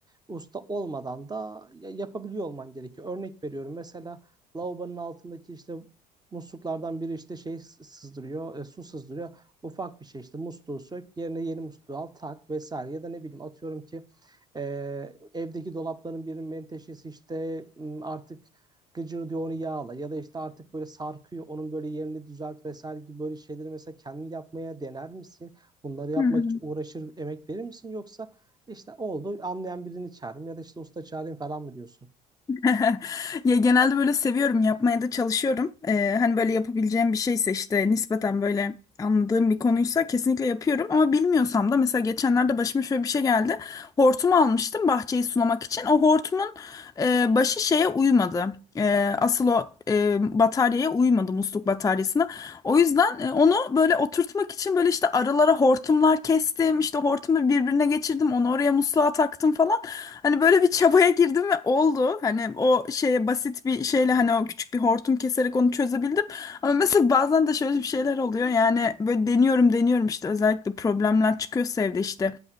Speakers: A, on the right; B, on the left.
A: usta olmadan da ya- yapabiliyor olman gerekiyor. Örnek veriyorum mesela lavabonun altındaki işte musluklardan biri işte şey s- sızdırıyor, e, su sızdırıyor. Ufak bir şey işte musluğu sök, yerine yeni musluğu al, tak vesaire. Ya da ne bileyim atıyorum ki e, evdeki dolapların birinin menteşesi işte m, artık gıcır diyor onu yağla ya da işte artık böyle sarkıyor onun böyle yerini düzelt vesaire gibi böyle şeyleri mesela kendin yapmaya dener misin? Bunları yapmak
B: Hı hı.
A: için uğraşır emek verir misin yoksa işte oldu anlayan birini çağırayım ya da işte usta çağırayım falan mı diyorsun?
B: <laughs> Ya genelde böyle seviyorum yapmaya da çalışıyorum. Ee, hani böyle yapabileceğim bir şeyse işte nispeten böyle anladığım bir konuysa kesinlikle yapıyorum. Ama bilmiyorsam da mesela geçenlerde başıma şöyle bir şey geldi. Hortum almıştım bahçeyi sulamak için. O hortumun e, başı şeye uymadı. E, asıl o e, bataryaya uymadı musluk bataryasına. O yüzden e, onu böyle oturtmak için böyle işte aralara hortumlar kestim. işte hortumu birbirine geçirdim. Onu oraya musluğa taktım falan. Hani böyle bir çabaya girdim ve oldu. Hani o şeye basit bir şeyle hani o küçük bir hortum keserek onu çözebildim. Ama mesela bazen de şöyle bir şeyler oluyor. Yani böyle deniyorum deniyorum işte özellikle problemler çıkıyorsa evde işte.